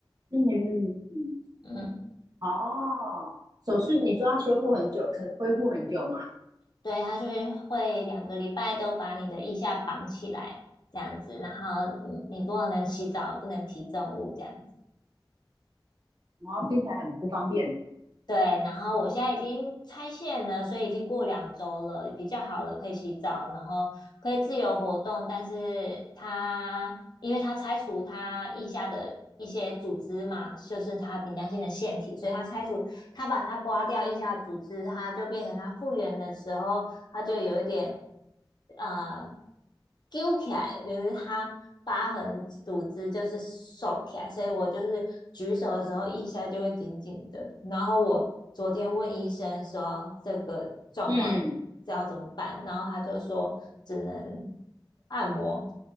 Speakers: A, on the right; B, on the left.
A: 嗯嗯嗯，
B: 嗯。
A: 哦，手术你说要修复很久，可能恢复很久吗？
B: 对，他就会会两个礼拜都把你的腋下绑起来，这样子，然后你你不能洗澡，不能提重物，这样子。
A: 然后听起来很不方便。
B: 对，然后我现在已经拆线了，所以已经过两周了，比较好了，可以洗澡，然后可以自由活动。但是它因为它拆除它腋下的一些组织嘛，就是它顶浆性的腺体，所以它拆除它把它刮掉腋下的组织，它就变成它复原的时候，他就有一点呃揪起来，就是他疤痕组织就是收起来，所以我就是举手的时候一下就会紧紧的。然后我昨天问医生说这个状况知道怎么办，
A: 嗯
B: 然后他就说只能按摩，